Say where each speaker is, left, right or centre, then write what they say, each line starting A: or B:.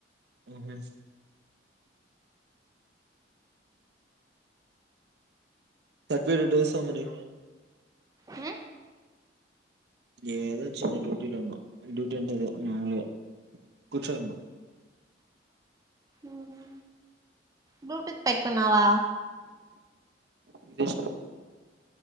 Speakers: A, on the right; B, on the right.
A: హు హుమ్మ్ పాజేనిమిది డేస్ ఆ మరి
B: హ్
A: ఏదో చిన్న డ్యూటీలో ఉన్నా డ్యూటీ అంటది మాముూలుగా కూర్చోన్నా
B: అవ్నా బ్లూటూత్ పెట్టుకున్నావా
A: తీసేస్నా